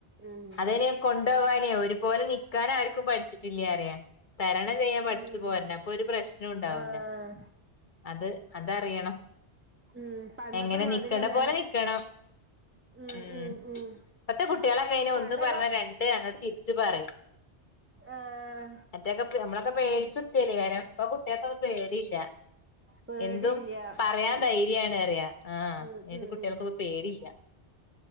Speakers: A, on the right; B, on the left.
A: ഉം
B: അതനെ കൊണ്ടപോവാനേ ഒരുപോലെ നിക്കാനാര് കു പഠിച്ചിട്ടില്ല അറിയ തരണം ചെയ്യാൻ പഠിച്ചു
A: ഉം
B: പോര അപ്പൊ ഒരു പ്രശ്നം ഉണ്ടാവൂല
A: ആഹ്
B: അത് അതറിയണം
A: ഉം പണ്ടത്തെ
B: എങ്ങനെ
A: മാതിരിയല്ലല്ലോ
B: നിക്കണ്ട പോലെ നിക്കണം
A: ഉം
B: ഹ്മ്മ്
A: ഉം ഉം
B: ഇപ്പത്തെ കുട്ടികളൊക്കെ
A: പണ്ടൊക്കെ
B: ഒന്ന് പറഞ്ഞ രണ്ട് അങ്ങോട്ട തിരിച്ചു പറയും
A: ആഹ്
B: മറ്റൊക്കെ നമ്മളൊക്കെ പേടിച്നിക്കലെയ്യ ഇപ്പൊ കുട്ടികക്കൊ പേടിയില്ല
A: പേടില്ല
B: എന്തും പറയാൻ ധൈര്യാണ്റയ ആ
A: ഉം
B: ഏത്
A: ഉം
B: കുട്ടികൾക്ക
A: ഉം
B: പേടിയില്ല